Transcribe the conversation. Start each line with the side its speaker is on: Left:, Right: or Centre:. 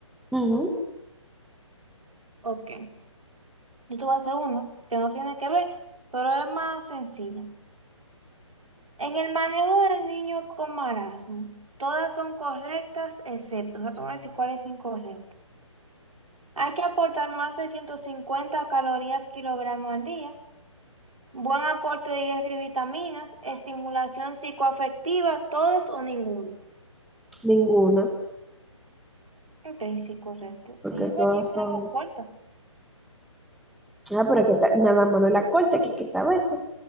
Centre: Ujú,
Right: Ok. Yo te voy a hacer uno que no tiene que ver, pero es más sencilla. En el manejo del niño con marasmo, todas son correctas excepto, o sea, te voy a decir cuál es incorrecta. Hay que aportar más de 150 calorías kilogramo al día, buen aporte de hierro y vitaminas, estimulación psicoafectiva, todas o ninguna.
Centre: Ninguna,
Right: Ok, sí, correcto. Sí,
Centre: porque
Right: es verdad
Centre: todas
Right: que era
Centre: son...
Right: la cuarta.
Centre: Ah, pero que ta- nada más no la corta, que hay que saberse,